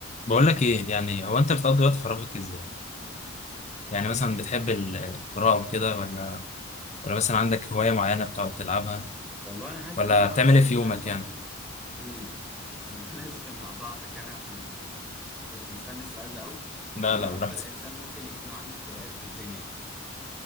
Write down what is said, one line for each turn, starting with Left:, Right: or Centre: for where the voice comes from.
Left: بقول لك ايه يعني هو انت بتقضي وقت فراغك ازاي يعني مثلا بتحب ال- القراءة وكده ولا ولا مثلا عندك هواية معينة بتقعد تلعبها
Centre: والله انا حاسس
Left: ولا
Centre: ان انا
Left: بتعمل
Centre: اكتر
Left: ايه في
Centre: انسان
Left: يومك
Centre: ممكن
Left: يعني
Centre: امم أمم، <laughs> انا اسف ان قطعتك يعني عشان آه، كنت مستني السؤال ده قوي
Left: لا
Centre: ان انا
Left: لا براحتك
Centre: اكتر انسان ممكن يكون عنده هوايات في الدنيا يعني